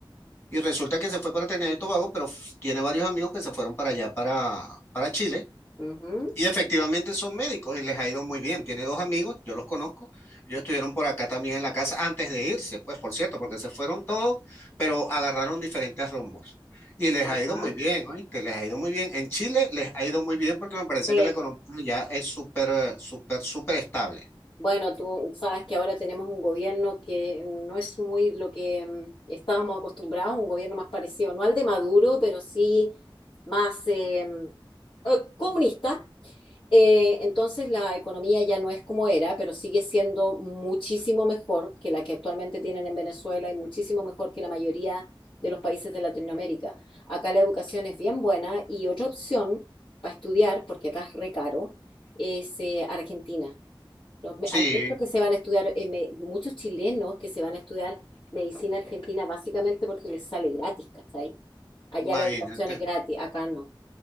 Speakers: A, on the left (about 30°); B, on the left (about 70°).
A: Y resulta que se fue para Trinidad y Tobago, pero f- tiene varios amigos que se fueron para allá, para, para Chile.
B: Ujú.
A: Y efectivamente son médicos y les ha ido muy bien. Tiene dos amigos, yo los conozco. Ellos estuvieron por acá también en la casa antes de irse, pues por cierto, porque se fueron todos, pero agarraron diferentes rumbos. Y les
B: Acá.
A: ha ido muy bien, ¿oíste? Les ha ido muy bien. En Chile les ha ido muy bien porque me parece
B: Sí.
A: que la economía ya es súper, eh, súper, súper estable.
B: Bueno, tú sabes que ahora tenemos un gobierno que no es muy lo que mm, estábamos acostumbrados, un gobierno más parecido, no al de Maduro, pero sí más eh, mm, eh, comunista. Eh, entonces la economía ya no es como era, pero sigue siendo muchísimo mejor que la que actualmente tienen en Venezuela y muchísimo mejor que la mayoría de los países de Latinoamérica. Acá la educación es bien buena y otra opción para estudiar, porque acá es re caro, es eh, Argentina. Los me-
A: Sí,
B: hay muchos que se van a estudiar, eh, me- muchos chilenos que se van a estudiar medicina argentina básicamente porque les sale gratis, ¿cachai? Allá
A: imagínate.
B: la educación es gratis, acá no.